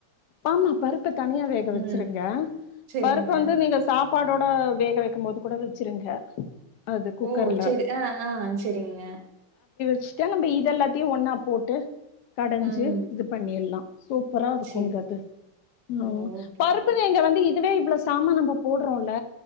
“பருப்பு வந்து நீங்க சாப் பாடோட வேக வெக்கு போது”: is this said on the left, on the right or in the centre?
Left